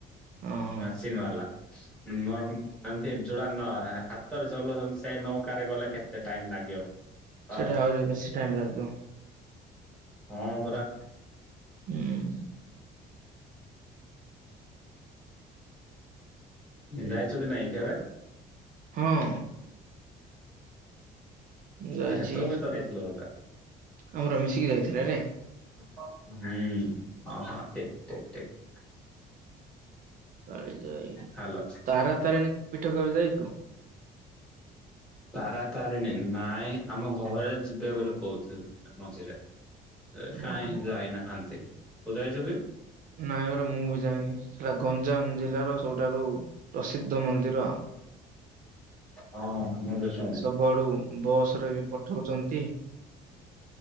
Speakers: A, on the right (about 55°); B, in the centre.
A: ହଁ
B: ମେସିନ ବାଲା। ନର ଏ ଯୋଡା ନ ହାତରେ ଚଲଉଛନ୍ତି ସେଇ ନୌକାରେ ଗଲେ କେତେ ଟାଇମ୍ ଲାଗିବ? ହଉ
A: ସେଇଟା ଆହୁରି ବେଶୀ ଟାଇମ୍ ଲାଗିବ।
B: ହଁ ପରା।
A: ହୁଁ।
B: ଯାାଇଛୁ କି ନହିଁ କେବେ?
A: ହଁ। ଯାଇଛି
B: ଆଛା ତୁ ବି ତ ନେଇଥିଲୁ ମତେ।
A: ଆମର ମିଶିକି ଯାଇଥିଲେ ରେ
B: ହୁଁ ହଁ ହଁ ଠିକ ଠିକ ଠିକ।
A: କାଳି ଯାଇ
B: ହ୍ୟାଲୋ
A: ତାରା ତାରିଣୀ ପୀଠ କବେ ଯାଇଛୁ।
B: ତାରା ତାରିଣୀ ନାଇଁ ଆମ ଘରେ ଯିବେ ବୋଲି କହୁଥିଲି ମଝିରେ। କାଇଁ
A: ଓହୋ
B: ଯାଇ ନାହାନ୍ତି ତୁ ଯାଇଚୁ କି।
A: ନାଇଁଗରା ମୁଁ ବି ଯାଇନି ସେଟା ଗଞ୍ଜାମ ଜିଲ୍ଲାର ସବୁଠାରୁ ପ୍ରସିଦ୍ଧ ମନ୍ଦିର ଆଉ।
B: ହଁ ଆମ <unintelligible>
A: ସବୁଆଡୁ ବସ ରେ ବି ପଠଉଛନ୍ତି।